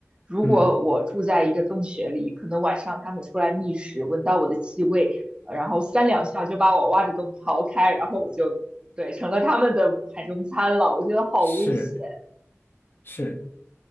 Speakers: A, on the right (about 20°); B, on the left (about 45°).
A: 如果我住在一个洞穴里，
B: 嗯，
A: 可能晚上它们出来觅食，闻到我的气味，呃然后三两下就把我挖的洞刨开，然后我就，对，成了他们的盘中餐了。我觉得好危险。
B: 是是。